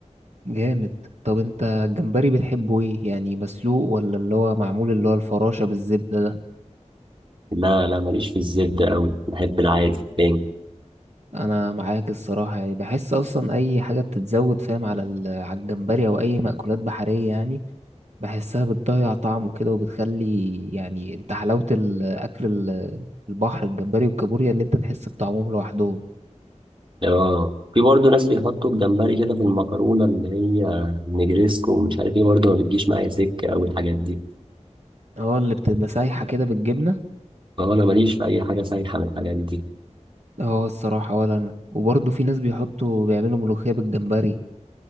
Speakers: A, on the right; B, on the right.
A: جامد طب انت الجمبري بتحبه ايه يعني مسلوق ولا اللي هو معمول اللي هو الفراشة بالزبدة ده
B: لا لا ماليش في الزبدة قوي بحب العادي تاني
A: انا معاك الصراحة يعني بحس اصلا اي حاجة بتتزود فاهم على ال- على الجمبري او اي مأكولات بحرية يعني بحسها بتضيع طعمه كده وبتخلي يعني انت حلاوة الأكل ال- البحر الجمبري والكابوريا إن أنت تحس بطعمهم لوحدهم
B: اه في برضه ناس بيحطوا الجمبري كده في المكرونة اللي هي نجريسكو ومش عارف ايه برضه ما بتجيش معايا سكة أوي الحاجات دي
A: اه اللي بتبقى سايحة كده بالجبنة
B: فهو أنا ماليش في أي حاجة سايحة من الحاجات دي
A: اه الصراحة ولا أنا وبرضه في ناس بيحطوا بيعملوا ملوخية بالجمبري